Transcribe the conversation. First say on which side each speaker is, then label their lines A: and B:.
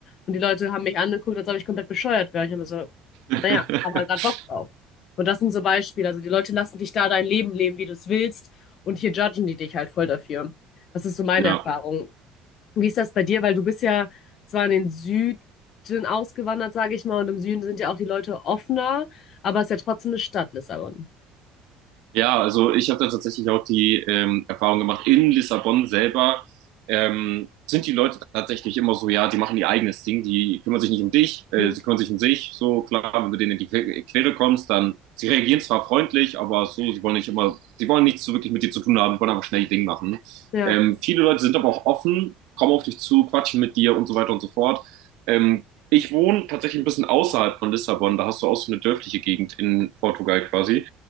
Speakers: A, on the left; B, on the right.
A: und die Leute haben mich angeguckt, als ob ich komplett bescheuert wäre. Ich habe mir so,
B: <laughs>
A: naja, hab halt gerade Bock drauf. Und das sind so Beispiele. Also die Leute lassen dich da dein Leben leben, wie du es willst. Und hier judgen die dich halt voll dafür. Das ist so meine
B: ja.
A: Erfahrung. Wie ist das bei dir? Weil du bist ja zwar in den Süden ausgewandert, sage ich mal, und im Süden sind ja auch die Leute offener, aber es ist ja trotzdem eine Stadt, Lissabon.
B: Ja, also ich habe da tatsächlich auch die ähm, Erfahrung gemacht, in Lissabon selber ähm, sind die Leute tatsächlich immer so, ja, die machen ihr eigenes Ding, die kümmern sich nicht um dich, äh,
A: Mhm.
B: sie kümmern sich um sich, so klar, wenn du denen in die Que- Quere kommst, dann, sie reagieren zwar freundlich, aber so, sie wollen nicht immer, sie wollen nichts so wirklich mit dir zu tun haben, wollen einfach schnell ihr Ding machen.
A: Ja.
B: Ähm, viele Leute sind aber auch offen, kommen auf dich zu, quatschen mit dir und so weiter und so fort. Ähm, ich wohne tatsächlich ein bisschen außerhalb von Lissabon, da hast du auch so eine dörfliche Gegend in Portugal quasi